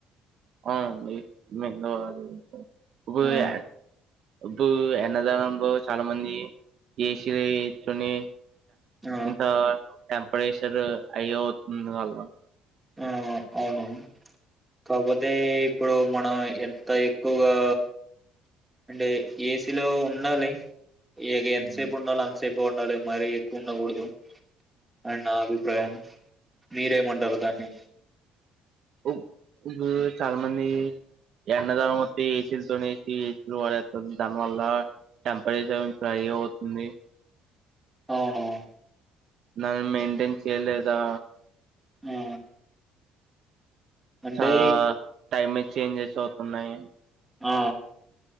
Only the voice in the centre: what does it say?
ఆ
ఆ
ఆ అవును కాపోతే ఇప్పుడు మన ఎంత ఎక్కువగా అంటే ఏసీలో ఉండాలి ఇగ ఎంతసేపు
ఉండాలో అంత సేప్ టేపుండాలి మరీ ఎక్కువ ఉండకూడదు అని నా అభిప్రాయం మీరేమంటారు దాన్ని
అవునా
ఆ అంటే
ఆ